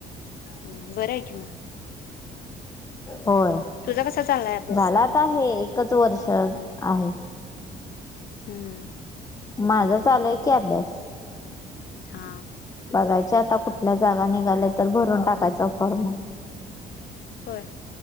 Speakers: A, on the left; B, on the left.
A: हम् बरं आहे की मग.
B: होय
A: तुझा कसा चाललाय अभ्यास
B: झाला तर आहे एकच वर्ष आहे.
A: हम्म.
B: माझा चालू आहे की अभ्यास.
A: हा.
B: बघायच्या आता कुठल्या जागा निघाल्या तर भरून टाकायच फॉर्म.
A: होय